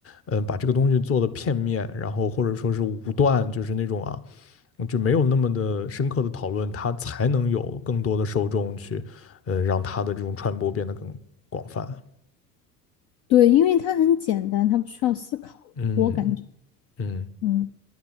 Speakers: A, on the left; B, on the left.
A: 嗯、呃把这个东西做的片面，然后或者说是武断，就是那种啊。就没有那么的深刻的讨论，它才能有更多的受众去，呃，让它的这种传播变得更广泛。
B: 对，因为它很简单，它不需要思考，
A: 嗯
B: 我感觉。
A: 嗯，
B: 嗯